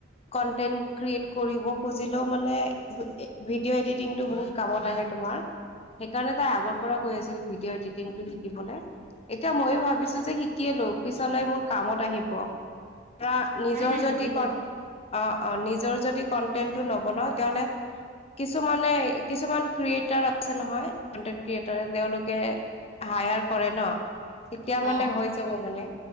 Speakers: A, on the left; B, on the right.
A: কনটেন্ট ক্ৰিয়েট কৰিব খুজিলেও মানে ভিডিঅ' এডিটিংটো বহুত কামত আহ তোমাৰ সেইকাৰণে তাই আগৰ পৰা কৈ আছিল ভিডিঅ' এডিটিংটো শিকিবলৈ এতিয়া ময়ো ভাবিছো যে শিকিয়েলো পিছলৈ মোৰ কামত আহিব ধৰা নিজৰ
B: নাই নাই
A: যদি
B: শিকি লোৱা
A: কন অ অ নি নিজৰ যদি কন্টেন্টো নবনাও তেতিলে কিছুমানে কিছুমান ক্ৰিয়েটাৰ আছে নহয় কনটেনট ক্ৰিয়েটাৰে তেওঁলোকে হায়াৰ কৰে ন তেতিয়া মানে
B: অ
A: হৈ যাব মানে